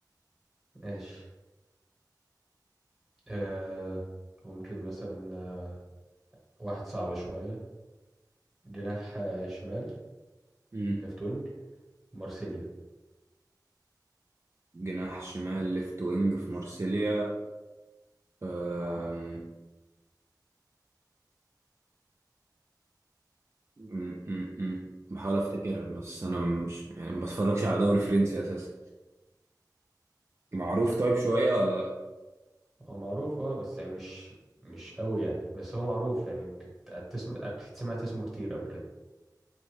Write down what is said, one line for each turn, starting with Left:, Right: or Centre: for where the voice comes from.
Centre: ماشي آه ممكن مثلا آه، واحد صعب شويه جناح آه، شمال
Right: أمم.
Centre: ليفت وينج مارسيليا
Right: جناح شمال ليفت وينج في مارسيليا أم... م- م- م. بحاول افتكر بس انا مش يعني ما بتفرجش على دوري فرنسي اساسا معروف طيب شويه ولا لا
Centre: هو معروف اه بس يعني مش مش قوي يعني بس هو معروف يعني ت- تسمع أكيد سمعت اسمه كتير قبل كده